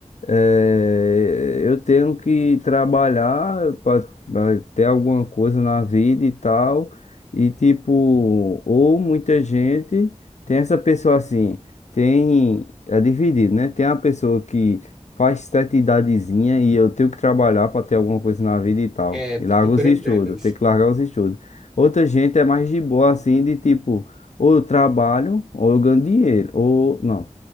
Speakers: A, on the left (about 70°); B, in the centre.
A: É, eu tenho que trabalhar para ter alguma coisa na vida e tal. E tipo, ou muita gente tem essa pessoa assim, tem, é dividido, né? Tem a pessoa que faz certa idadezinha e eu tenho que trabalhar para ter alguma coisa na vida e tal.
B: É,
A: E larga
B: super
A: os estudos,
B: entendo isso.
A: tem que largar os estudos. Outra gente é mais de boa assim, de tipo, ou eu trabalho, ou eu ganho dinheiro, ou não,